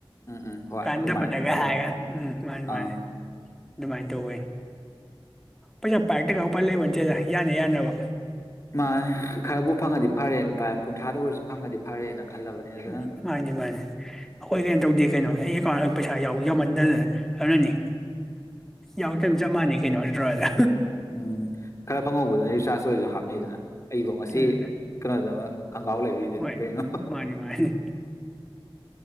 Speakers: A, on the left; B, in the centre.
A: ꯎꯝ ꯎꯝ ꯍꯣꯏ
B: ꯀꯟꯗ
A: ꯑꯗꯨꯃꯥꯏꯅ
B: ꯄꯗꯒ
A: ꯈꯜꯂꯝ
B: ꯍꯥꯏ ꯎꯝ ꯃꯥꯅꯤ
A: ꯑꯥ
B: ꯃꯥꯅꯤ ꯑꯗꯨꯃꯥꯏꯅ ꯇꯧꯋꯅꯤ ꯄꯩꯁꯥ ꯄꯥꯏꯛꯇꯒ ꯎꯄꯥꯏ ꯂꯩꯕ ꯅꯠꯇꯦꯗ ꯌꯥꯅꯤ ꯌꯥꯅꯕ
A: ꯃꯥ ꯈꯔꯕꯨ ꯐꯪꯉꯗꯤ ꯐꯔꯦ ꯀꯨꯟꯊꯥꯗ ꯑꯣꯏꯔꯁꯨ ꯐꯪꯉꯗꯤ ꯐꯔꯦꯅ ꯈꯜꯂꯕꯅꯦ ꯑꯗꯨꯅ
B: ꯎ ꯃꯥꯅꯦ ꯃꯥꯅꯦ ꯑꯈꯣꯏ ꯀꯦꯝ ꯇꯧꯗꯦ ꯀꯩꯅꯣ ꯑꯩ ꯑꯦꯀꯥꯎꯟ ꯄꯩꯁꯥꯎ ꯌꯥꯎꯍꯟꯗꯗꯅ ꯑꯗꯨꯅꯅꯤ ꯌꯥꯎꯗꯕꯅ ꯆꯞ ꯃꯥꯟꯅꯩ ꯀꯩꯅꯣ ꯅꯠꯇ꯭ꯔꯣꯗ
A: ꯎꯝ ꯈꯔ ꯐꯪꯍꯧꯕꯗꯨꯅ ꯔꯤꯆꯥꯔꯖ ꯑꯣꯏꯔꯁꯨ ꯍꯥꯞ ꯗꯅ ꯑꯩꯕꯨ ꯉꯁꯤ
B: ꯎꯝ
A: ꯀꯩꯅꯣꯗꯃꯛ ꯈꯪꯒꯥꯎ ꯂꯩꯕꯤꯗꯅꯦ
B: ꯍꯣꯏ
A: ꯀꯩꯅꯣ
B: ꯃꯥꯅꯤ ꯃꯥꯅꯤ